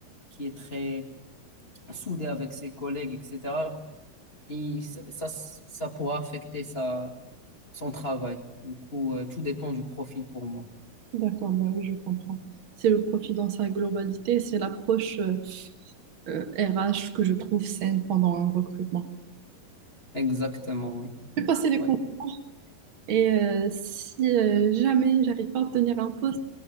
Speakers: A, on the left (about 25°); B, on the right (about 45°).
A: qui est très soudée avec ses collègues, etc. et ça, ça, ça pourra affecter sa, son travail. Du coup, euh, tout dépend du profil pour moi.
B: D'accord, bah oui, je comprends. C'est le profit dans sa globalité, c'est l'approche euh, euh, RH que je trouve saine pendant un recrutement.
A: Exactement, oui.
B: J'ai passé les
A: Ouais.
B: concours, Et euh, si euh, jamais j'arrive pas à obtenir un poste,